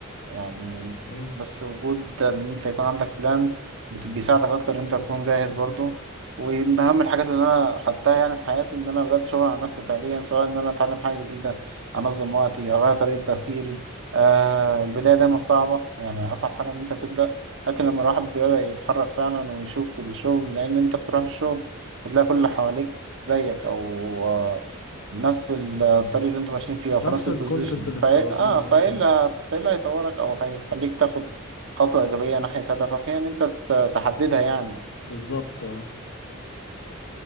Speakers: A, on the right (about 65°); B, on the left (about 75°).
A: يعني
B: امم
A: بس وجود ان انت يكون عندك بلان بت- بيساعدك اكتر ان انت تكون جاهز برضو ومن اهم الحاجات اللي انا خدتها يعني في حياتي ان انا بدات شغل على نفسي فعليا سواء ان انا اتعلم حاجه جديده انظم وقتي اغير طريقه تفكيري آه البدايه دايما صعبه يعني اصعب حاجه ان انت تبدا لكن لما الواحد بيبدا يتحرك فعلا ويشوف الشغل لان انت بتروح الشغل بتلاقي كل اللي حواليك زيك او آه، نفس الطريق اللي انتوا ماشيين فيه او في
B: نفس
A: نفس
B: الكونتنت
A: البوزيشن
B: اللي
A: فا
B: بتاخدوه
A: اه فايه
B: اه
A: اللي فايه اللي هيطورك او هيخليك تاخد خطوة ايجابية ناحية هدفك هي ان انت ت- تحددها يعني
B: بالظبط اه